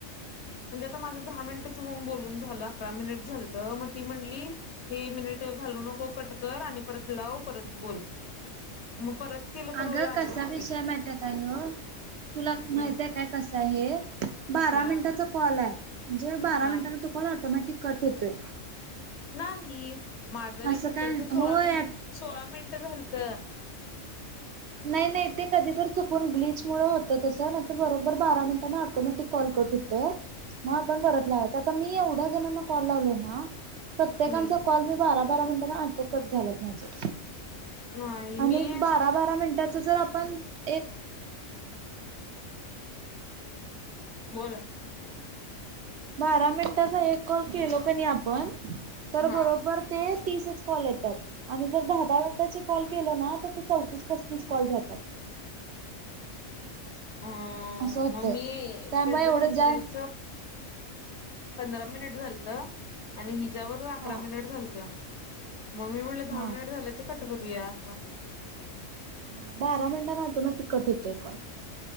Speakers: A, on the left; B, on the right.
A: म्हणजे आता माझं दहा मिनिटेच होऊन बोलून झालंतं आता अकरा मिनिट झालत मग ती म्हणली हे मिनिट घालू नको कट कर आणि परत लाव परत बोल मग परत केलं तर
B: अगं
A: लाग
B: कसा
A: ना की बाई
B: विषय माहिती आहे का ह्यो तुला
A: हम्म
B: माहित आहे काय कस आहे हे बारा
A: ह
B: मिनटाच कॉल आहे म्हणजे बारा
A: ह
B: मिनिटांने तू कॉल ऑटोमॅटिक कट होतोय
A: नाही माझं आणि
B: असं
A: चिंक्रे
B: काय
A: तर सोळा
B: होय
A: मिनिट सोळा मिनिट झालत
B: नाही, नाही ते कधी तर चुकून ब्लीच मुळ होतं तसं नाही बरोबर बारा मिनटांने ऑटोमॅटिक कॉल कट हो आपण परत लावायचं आता मी एवढ्या जणांना कॉल लावलो ना प्रत्येकांच
A: हम्म
B: कॉल मी बारा, बारा मिनटांना ऍटो कट झाला माझे
A: नाही
B: आणि
A: मी अस
B: बारा बारा मिनटाचं जर आपण एक
A: बोला.
B: बारा मिनिटाचा एक कॉल केलो कणी आपण तर
A: हा
B: बरोबर. ते तीसच कॉल येतात आणि जर दहा दहा मिनटाची कॉल केलं ना तर. ते चौतीस पस्तीस कॉल जातात.
A: ह
B: असं होतंय
A: मग मी
B: त्यामुळे
A: तेच
B: एवढं
A: शंकरेच.
B: जा
A: पंधरा मिनिट झालत आणि हिच्यावर अकरा
B: हा
A: मिनिट झालत. मग मी म्हणलं दहा
B: हा
A: मिनिट झालेच कट करूया अस.
B: हा बारा मिनिटांना ऑटोमॅटिक कट होतोय कॉल.